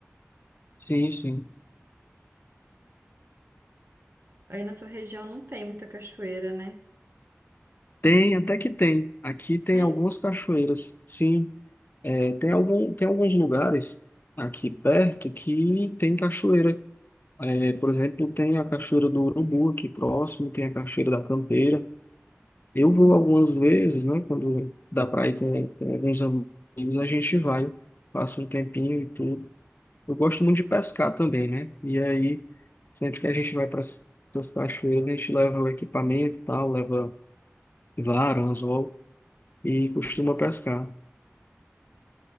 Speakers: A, on the left; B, on the right.
A: Sim, sim.
B: Aí na sua região não tem muita cachoeira, né?
A: Tem, até que tem. Aqui tem
B: Tem?
A: algumas cachoeiras. Sim, É, tem algum, tem alguns lugares aqui perto que tem cachoeira. É, por exemplo, tem a Cachoeira do Urubu aqui próximo, tem a Cachoeira da Campeira. Eu
B: Hum.
A: vou algumas vezes, né? Quando dá para ir com, com alguns amigos, a gente vai, passa um tempinho e tudo. Eu gosto muito de pescar também, né? E aí, sempre que a gente vai para essas cachoeiras, a gente leva o equipamento e tal, leva vara, anzol e costuma pescar.